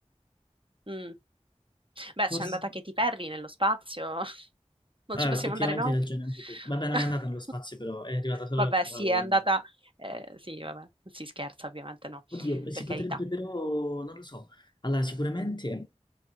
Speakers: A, on the right (about 50°); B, on the left (about 40°).
A: Mm. Beh,
B: Forse.
A: c'è andata Katy Perry nello spazio, <laughs> non
B: Ah,
A: ci possiamo
B: effettivamente
A: andare noi?
B: hai ragione anche tu. Vabbè, non
A: <laughs>
B: è andata nello spazio, però è arrivata solo
A: Vabbè,
B: al...
A: sì,
B: al-
A: è andata... eh, sì, vabbè, non si scherza ovviamente, no,
B: Oddio, si
A: per carità.
B: potrebbe però, non lo so. Allora, sicuramente